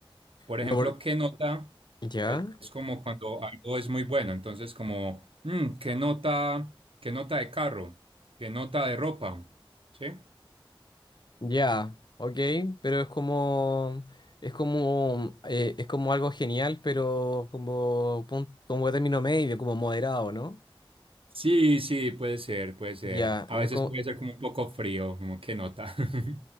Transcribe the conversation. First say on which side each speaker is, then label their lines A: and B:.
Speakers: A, on the right; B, on the left.
A: Por
B: No,
A: ejemplo,
B: por-
A: ¿qué nota?
B: ¿Ya?
A: Es es como cuando algo es muy bueno. Entonces, como, mm, ¿qué nota? ¿Qué nota de carro? ¿Qué nota de ropa? ¿Sí?
B: Ya, ok, pero es como, es como, eh, es como algo genial, pero como, pun- como término medio, como moderado, ¿no?
A: Sí, sí, puede ser, puede ser.
B: Ya,
A: A
B: no
A: veces
B: es como,
A: puede ser como un poco frío, como, ¿qué nota? <laughs>